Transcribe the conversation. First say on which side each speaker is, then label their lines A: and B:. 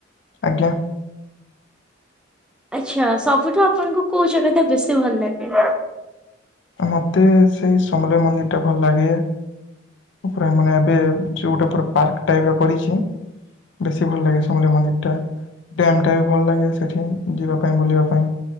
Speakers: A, on the left (about 65°); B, in the centre.
A: ଆଜ୍ଞା।
B: ଆଚ୍ଛା ସବୁଠୁ ଆପଣଙ୍କୁ କଉଜାଗାଟା ଆପଣଙ୍କୁ ବେଶୀ ଭଲ ଲାଗେ?
A: ମତେ ସେଇ ସମଲେଇ ମନ୍ଦିର ଟା ଭଲ ଲାଗେ। ପୂରା ମାନେ ଏବେ ଯୋଉଟା ପୁରା ପାର୍କ ଟାଇପ ର କରିଛି ବେଶୀ ଭଲ ଲାଗେ ସମଲେଇ ମନ୍ଦିର ଟା। ଡ୍ୟାମ୍ ଟା ବି ଭଲ୍ ଲାଗେ ସେଠି ଯିବା ପାଇଁ ବୁଲିବା ପାଇଁ,